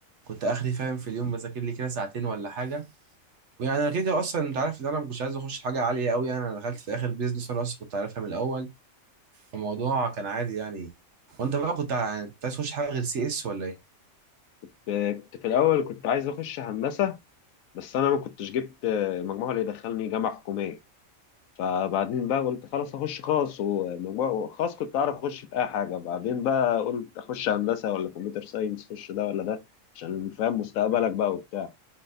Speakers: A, on the right (about 60°); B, on the left (about 75°).
A: كنت اخري فاهم في اليوم بذاكر لي كده ساعتين ولا حاجة ويعني انا كده كده اصلا انت عارف ان انا ما كنتش عايز اخش حاجة عالية قوي يعني انا دخلت في اخر بيزنس انا اصلا كنت عارفها من الاول الموضوع كان عادي يعني وانت بقى كنت ع- كنت عايز تخش حاجة غير سي اس ولا ايه؟
B: كنت في الاول كنت عايز اخش هندسه بس انا ما كنتش جبت المجموع اللي يدخلني جامعه حكوميه فبعدين بقى قلت خلاص اخش خاص ومجموع خاص كنت اعرف اخش في اي حاجه بعدين بقى قلت اخش هندسه ولا كمبيوتر ساينس اخش ده ولا ده عشان فاهم مستقبلك بقى وبتاع